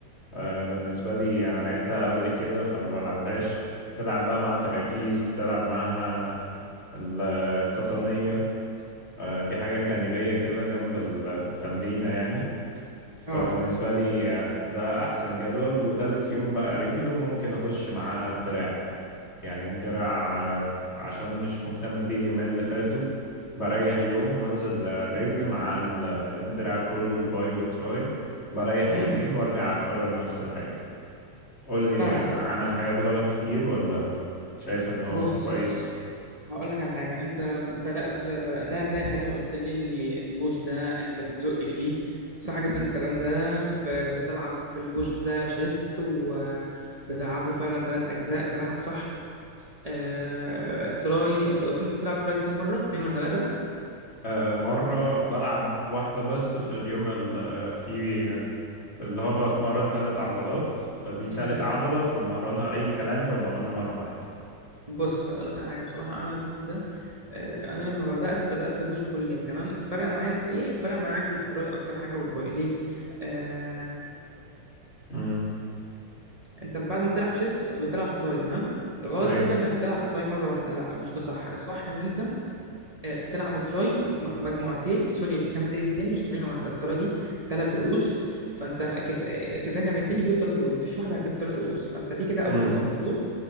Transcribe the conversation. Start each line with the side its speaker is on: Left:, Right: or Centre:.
Left: آه، بالنسبة لي أنا لعبتها قبل كده فما بلعبهاش بتلعب بقى مع ترابيز بتلعب معها القطنية آه، دي حاجات جانبية كده جنب التمرينة يعني فبالنسبة
Right: اه
Left: لي ده أحسن جدول وتالت يوم بقى رجل وممكن أخش معاه دراع يعني الدراع آه، عشان مش مهتم بيه اليومين اللي فاتوا بريح يوم وأنزل الرجل مع ال- الدراع كله الباي والتراي بريح
Right: امم
Left: يومين وأرجع أكرر نفس الحاجة قول لي
Right: فاهمك
Left: آه، عمل حاجات غلط كتير ولا شايف إن هو
Right: بص
Left: كويس
Right: هقول لك على حاجة أنت بدأت بدأتها بداية حلوة قلت لي إن البوش ده أنت بتزق فيه صح جدا الكلام ده ب- بتلعب في البوش ده شيست وبتلعب له فعلا ثلاث أجزاء كلامك صح آه... تراي أنت قلت لي بتلعب تراي كام مرة؟ اتنين ولا ثلاثة؟
Left: آه، مرة بلعب واحدة بس في اليوم اللي فيه فاللي هو بتمرن تلات عضلات فدي تالت
Right: امم
Left: عضلة فبمرنها أي كلام بمرنها مرة واحدة
Right: بص هقول لك على حاجة بصراحة أنا ضد ده آه... أنا لما بدأت بدأت بوش بول ليج تمام فرق معايا في إيه؟ فرق معايا في التراي أكتر حاجة والباي ليه؟ آه،
Left: امم
Right: انت بعد ما بتلعب شيست بتلعب تراي تمام غلط
Left: أي
Right: جدا انك تلعب تراي مره واحده لا مش ده صح الصح ان انت آه، تلعب التراي م- مجموعتين سوري تمرينتين مش تمرينه واحده التراي دي ثلاث رؤوس فانت كف... آه، كفايه تمرينتين يجيب الثلاث رؤوس مفيش واحده هتجيب الثلاث رؤوس فانت دي كده اول
Left: امم
Right: غلطه المفروض